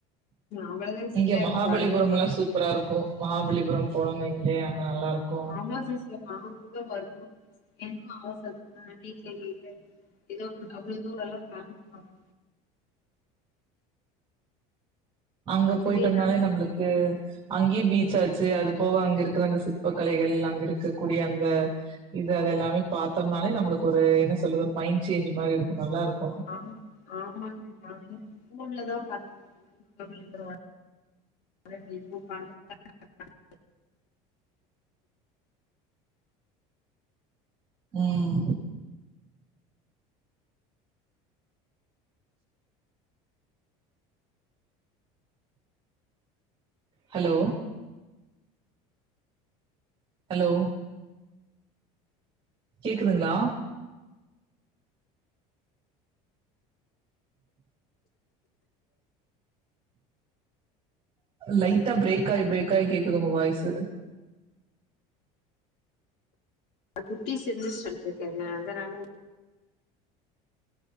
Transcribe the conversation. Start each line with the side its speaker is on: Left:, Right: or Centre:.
Left: அவ்ளோதா சிஸ்டர்
Right: இங்க மஹாபல்லிபுரம்லா
Left: இப்ப இப்ப
Right: சூப் சூப்பரா இருக்கு மஹாபல்லிபுரம் போனிங் இல்லையா அங்க நல்லாருக்கு
Left: ஆமா சிஸ்டர் நாகூட வர்ணு எனக்கு ஆசதா ஆனா வீட்ல கேக்கனு சிஸ்டர் இதோ அவ்வுளோ தூரோ எல்லா பிளான் பண்ண மாட்டாங்க
Right: அங்க போயிட்டோம்னாலே
Left: இதுவே நானு
Right: நம்முளுக்கு அங்கியு பீச்சாச்சு அது போக அங்க இருக்கிற அந்த சிற்ப கலைகள் அங்க இருக்கக் கூடிய அந்த இந்த இது எல்லாமே பார்த்தோம்னாலே நம்மளுக்கு ஒரு என்ன சொல்றது மைண்டு சேஞ்சு மாரி இருக்கு நல்லா இருக்கு
Left: ஆமா ஆமாங்க நானே போன்லதா பாத்துருக்க <unintelligible> மாரி மஹாபல்லிபுரொ எல்லா <unintelligible> <unintelligible>
Right: உம் ஹலோ ஹலோ கேக்குதுங்களா லைட்டா பிரேக் ஆய் பிரேக் ஆய் கேக்குது உங்க வாய்சு
Left: குட்டீஸ் <unintelligible> அதனால